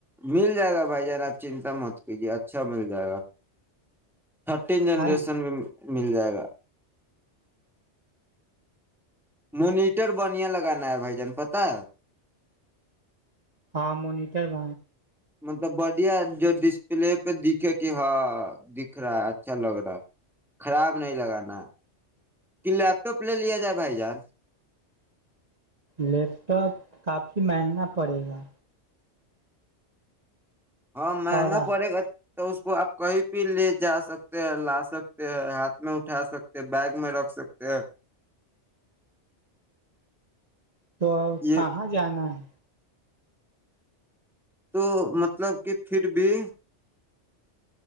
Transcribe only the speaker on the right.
آئی
ہاں منیٹر ب
لیپ ٹاپ کافی مہنگا پڑے گا
اور
تو
کہاں جانا ہے